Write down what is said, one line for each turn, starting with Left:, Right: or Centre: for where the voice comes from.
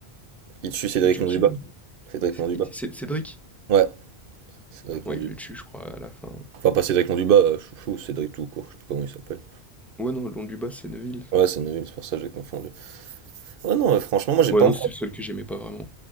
Right: ils tuent Cédric
Centre: il tue
Right: Londubat.
Centre: qui, Voldemort?
Right: Cédric Londubat.
Centre: C'est c'est Cédric?
Right: Ouais, Cédric
Centre: Ouais,
Right: Monduba.
Centre: il le tue, je crois, à la fin.
Right: Enfin, pas Cédric Monduba, euh, Chouchou, Cédric tout court, je sais plus comment il s'appelle.
Centre: Ouais, non, Long du Bas, c'est Neville,
Right: Ouais,
Centre: ça.
Right: c'est nul, c'est pour ça que j'ai confondu. Ouais, non, euh, franchement, moi j'ai
Centre: Ouais,
Right: pas
Centre: non,
Right: encore,
Centre: c'était le seul que j'aimais pas vraiment.